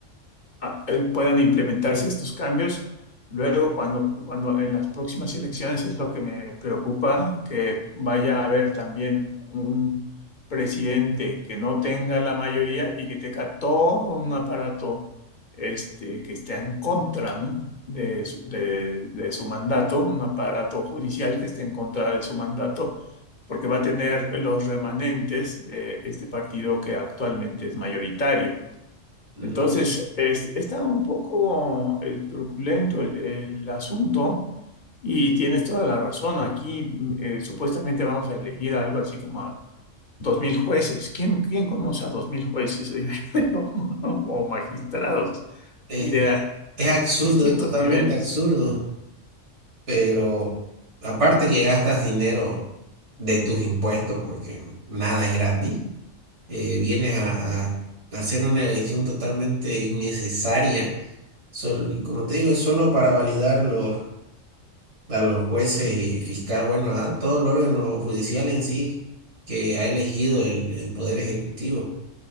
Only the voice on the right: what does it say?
mm,
eh,
eh, es absurdo,
es totalmente
absurdo, pero aparte que gastas dinero de tus impuestos porque nada es gratis. eh, vienes a, a hacer una elección totalmente innecesaria. Sol- y como te digo, es solo para validar los, a los jueces y fiscal, bueno, a todo el órgano judicial en sí que ha elegido el, el Poder Ejecutivo.